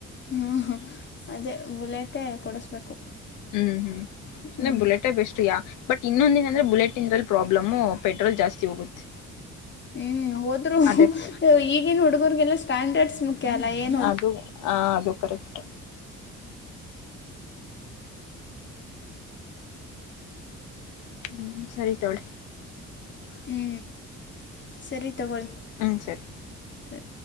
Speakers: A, on the left; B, on the left.
A: ಹಾ ಹಾ ಅದೇ ಬುಲೆಟೇ ಕೊಡಿಸ್ಬೇಕು
B: ಹ್ಮ್ ಹ್ಮ್ ಅಂದ್ರೆ
A: ಹ್ಞೂ
B: ಬುಲೆಟೇ ಬೆಸ್ಟ್ ಯಾ ಬಟ್ ಇನ್ನೊಂದ ದಿನ ಅಂದ್ರೆ ಬುಲೆಟ್ ಇಂದ್ರಲ್ಲಿ ಪ್ರಾಬ್ಲಮು ಪೆಟ್ರೋಲ್ ಜಾಸ್ತಿ ಹೋಗುತ್ತೆ <inaudible>
A: ಹ್ಮ್ ಹೋದ್ರು
B: ಅದೇ ಪ್ರಾಬ್ಲಮ್
A: ಈಗಿನ್ ಹುಡುಗರ್ಗೆಲ್ಲಾ ಸ್ಟ್ಯಾಂಡರ್ಡ್ಸ್ ಮು ಕೆಲ ಏನ್
B: ಅದು ಅದು ಕರೆಕ್ಟ್ ಹ್ಮ್ ಸರಿ ತೊಳಿ
A: ಹ್ಞೂ ಸರಿ ತಗೊಳ್ಳಿ
B: ಹ್ಞೂ ಸರಿ
A: ಸರಿ